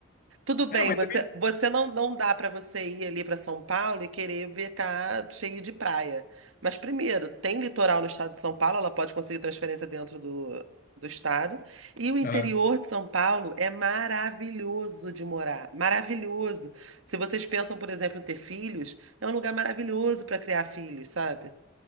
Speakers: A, on the right; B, on the left.
A: Tudo bem,
B: Ah, mas
A: você,
B: também.
A: você não, não dá para você ir ali para São Paulo e querer ver cá cheio de praia. Mas primeiro, tem litoral no estado de São Paulo, ela pode conseguir transferência dentro do, do estado. E o interior
B: Ah,
A: de São Paulo é maravilhoso de morar, maravilhoso. Se vocês pensam, por exemplo, em ter filhos, é um lugar maravilhoso para criar filhos, sabe?